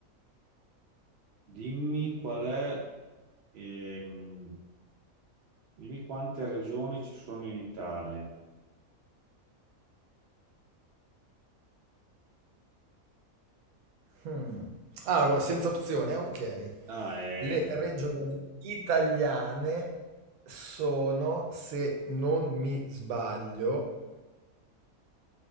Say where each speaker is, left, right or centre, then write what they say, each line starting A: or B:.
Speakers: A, on the right (about 65°); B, on the right (about 80°).
A: Dimmi qual è ehm, Dimmi quante regioni ci sono in Italia.
B: Hmm. Ah, gua- senza opzioni, ah, ok.
A: Ah, è...
B: Le regioni italiane sono, se non mi sbaglio,